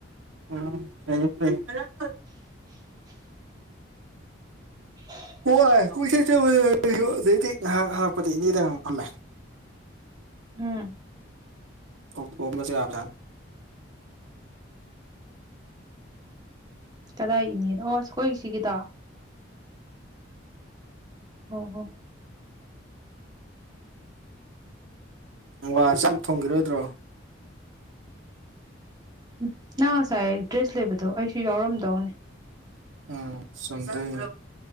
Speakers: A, on the right; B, on the right.
A: ꯎꯝ ꯐꯥꯏ ꯐꯥꯏ
B: <inaudible> <inaudible>
A: <unintelligible> <inaudible>
B: ꯎꯝ
A: ꯀꯧꯊꫭꯛ ꯑꯃꯁꯨ ꯌꯥꯕꯖꯠꯅꯤ
B: ꯀꯗꯥꯏ ꯏꯅꯦꯗ ꯑꯣ ꯑꯈꯣꯏ ꯁꯤꯒꯤꯗꯣ ꯑꯣ ꯑꯣ ꯍꯣꯏ
A: ꯑꯪ ꯋꯥ ꯆꯥꯡ ꯊꯣꯡꯈꯤꯔꯣꯏꯗ꯭ꯔꯣ
B: ꯎꯝ ꯅꯪ ꯉꯁꯥꯏ ꯗ꯭ꯔꯦꯁ ꯂꯩꯕꯗꯣ ꯑꯩꯁꯨ ꯌꯥꯎꯔꯝꯗꯧꯅꯦ
A: ꯎꯝ ꯆꯨꯝꯗꯨꯅꯤ